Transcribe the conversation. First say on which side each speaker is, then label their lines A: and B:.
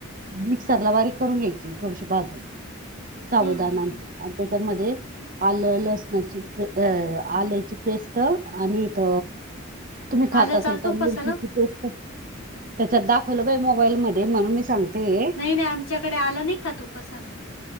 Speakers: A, on the right; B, on the left.
A: मिक्सर ला बारीक करून घ्यायची. थोडीशी भाजून. साबुदाना
B: हं, हं,
A: अण
B: हं.
A: ते. आणि त्याच्यामध्ये आलं लसणाची पे आल्याची पेस्ट. पेस्ट आणि त तुम्ही खात
B: आलं
A: असाल
B: चालतं
A: तर
B: उपासाला?
A: मिरचीची पेस्ट त्याच्यात दाखवलं बाई मोबाईल मध्ये म्हणून मी सांगतेये.
B: नाही नाही आमच्याकडे आलं नाही खात उपासाला.